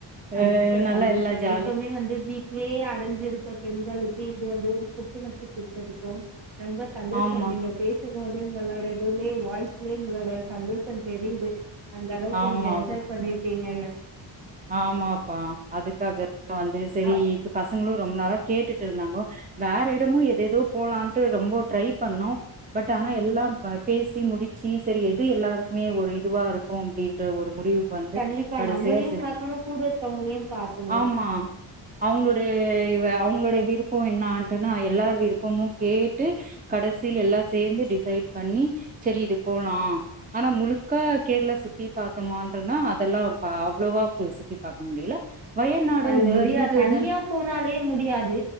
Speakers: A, on the right; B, on the right.
A: சந்தோச
B: அ நல்லா
A: சந்தோச
B: எல்லா ஜாலி
A: எப்போமே வந்து வீட்லயே அடஞ்சிருக்குற பெண்கள் இது வந்து ஒரு புத்துணர்ச்சி குடுத்துருக்கும் ரொம்ப சந்தோஷம்
B: ஆமா
A: நீங்க பேசு ம் போதே உங்களோட இதுமே வாய்ஸ்லயே உங்களோட சந்தோசந் தெரியுது அந்த அளவுக்கு
B: ஆமா
A: நீங்க என்ஜாய் பண்ணிருக்கீங்கன்னு ம்
B: ஆமாப்பா அதுக்காக வந்து செரி
A: அ
B: பசங்களு ரொம் நாளா கேட்டுட்ருந்தாங்கோ வேற எடமு எதேதோ போலான்ட்டு ரொம்போ ட்ரை பண்ணோ பட் ஆனா எல்லாம் ப பேசி முடிச்சி செரி எது எல்லாருக்குமே ஒரு இதுவா இருக்கு அப்டின்ற ஒரு முடிவுக்கு வந்து
A: கண்டிப்பா
B: கடசியா
A: நம்மளையு
B: து
A: பாக்கணு கூட இருக்கவங்களையு பாக்கணு
B: ஆமா அவுங்களோட வ அவுங்களோடைய விருப்பொ என்னான்ட்டுனா எல்லார் விருப்பமு கேட்டு கடசில் எல்லா சேந்து டிசைட் பண்ணி செரி இது போலா ஆனா முழுக்க கேர்ளா சுத்தி பாத்தோமான்றனா அதெல்லா பா அவ்ளவா சுத்தி பாக்க முடியல
A: அது
B: இந்த
A: முடியா
B: டூ தௌசண்ட்
A: தனியா போனாலே முடியாது